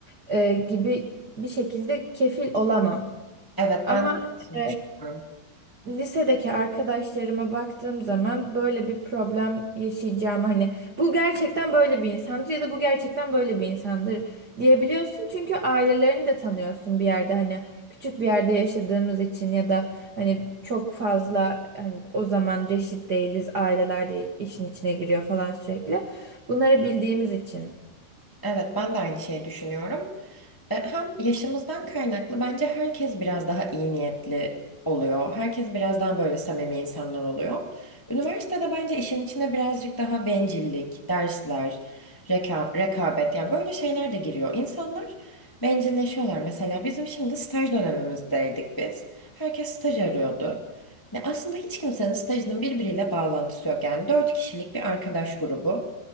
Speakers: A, on the right (about 80°); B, on the left (about 20°).
A: e, gibi bir şekilde kefil olamam.
B: Evet
A: Ama
B: ben de aynısını
A: e,
B: düşünüyorum.
A: lisedeki arkadaşlarıma baktığım zaman böyle bir problem yaşayacağım hani bu gerçekten böyle bir insandır ya da bu gerçekten böyle bir insandır diyebiliyorsun çünkü ailelerini de tanıyorsun bir yerde hani küçük bir yerde yaşadığımız için ya da hani çok fazla hani o zaman reşit değiliz aileler de işin içine giriyor falan sürekli bunları bildiğimiz için
B: Evet, ben de aynı şeyi düşünüyorum. E, Hem yaşımızdan kaynaklı bence herkes biraz daha iyi niyetli oluyor. Herkes biraz daha böyle samimi insanlar oluyor. Üniversitede bence işin içine birazcık daha bencillik, dersler, reka- rekabet yani böyle şeyler de giriyor. İnsanlar bencilleşiyorlar. Mesela bizim şimdi staj dönemimizdeydik biz. Herkes staj arıyordu. Ne aslında hiç kimsenin stajının birbiriyle bağlantısı yok. Yani dört kişilik bir arkadaş grubu.